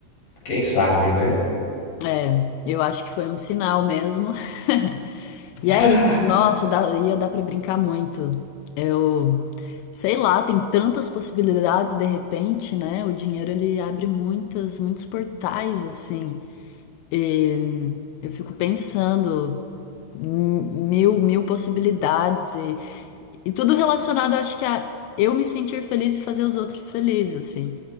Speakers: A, on the left; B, on the left.
A: Quem sabe, né?
B: É, Eu acho que foi um sinal mesmo. <laughs>
A: <laughs>
B: E é isso, nossa, dá- ia dar pra brincar muito. Eu sei lá, tem tantas possibilidades de repente, né? O dinheiro ele abre muitas, muitos portais assim. E eu fico pensando m- mil, mil possibilidades e tudo relacionado, acho que a eu me sentir feliz e fazer os outros felizes, assim.